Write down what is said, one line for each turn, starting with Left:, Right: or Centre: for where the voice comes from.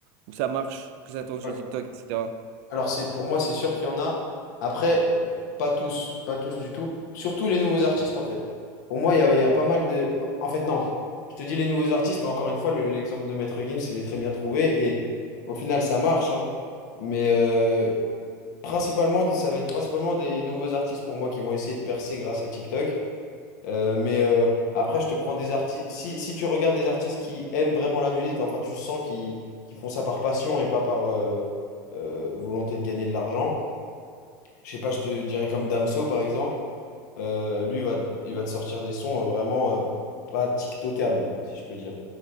Right: ou que ça marche, que ça tourne sur
Left: ouais.
Right: TikTok, etc.
Left: Alors c'est pour moi, c'est sûr qu'il y en a. Après, euh, pas tous, pas tous du tout. Surtout les nouveaux artistes, en fait. Pour moi, il y a, il y a pas mal de... En fait, non. Je te dis les nouveaux artistes, mais encore une fois, le- l'exemple de Maître Gims, il est très bien trouvé. Et au final, ça marche. hein. Mais euh, principalement, ça va être principalement des nouveaux artistes pour moi qui vont essayer de percer grâce à TikTok. Euh, mais euh, après, je te prends des artistes. Si, si tu regardes des artistes qui aiment vraiment la musique, enfin, tu sens qu'ils qu'ils font ça par passion et pas par euh, euh, volonté de gagner de l'argent. Je sais pas, je te dirais comme Damso, par exemple. Euh, lui, il va, il va te sortir des sons euh, vraiment euh, pas TikTokables, si je peux dire.